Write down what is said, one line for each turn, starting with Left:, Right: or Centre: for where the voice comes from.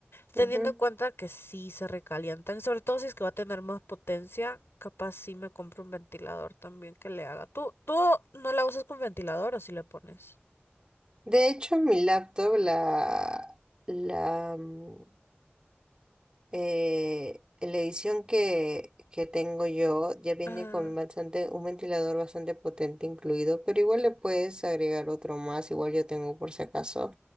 Left: teniendo
Right: Ujú.
Left: en cuenta que sí se recalientan, sobre todo si es que va a tener más potencia, capaz sí me compro un ventilador también que le haga. ¿Tú, tú no la usas con ventilador o si le pones?
Right: De hecho, mi laptop, la, la, mm, eh, la edición que, que tengo yo, ya viene
Left: Ajá.
Right: con bastante, un ventilador bastante potente incluido, pero igual le puedes agregar otro más, igual yo tengo por si acaso.